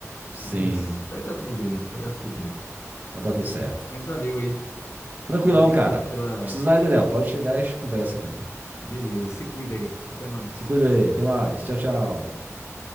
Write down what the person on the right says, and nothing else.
Sim,
mas dá tudo
certo.
Tranquilão,
cara.
Precisar aí, Daniel, pode chegar e a gente conversa, cara.
Se cuida aí. Até mais. Tchau, tchau.